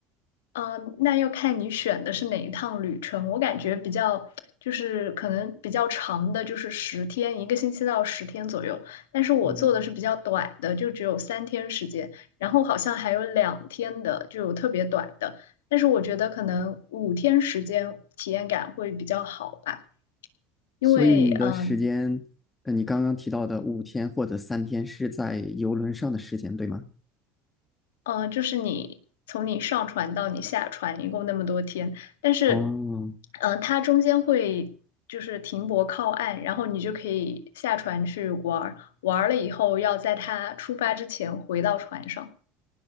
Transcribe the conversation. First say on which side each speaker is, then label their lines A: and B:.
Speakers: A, on the left; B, on the left.
A: 嗯，呃那要看你选的是哪一趟旅程。我感觉比较就是可能比较长的，就是十天，一个星期到十天左右。但是我做的是比较短的，
B: 嗯
A: 就只有三天时间，然后好像还有两天的，就有特别短的。但是我觉得可能五天时间体验感会比较好吧，因为嗯，
B: 所以你的时间，
A: 呃
B: 呃，你刚刚提到的五天或者三天是在游轮上的时间，对吗？
A: 呃，就是你从你上船到你下船一共那么多天，但是，
B: 哦
A: 呃，它中间会就是停泊靠岸，然后你就可以下船去玩儿，玩儿了以后要在它出发之前回到船上。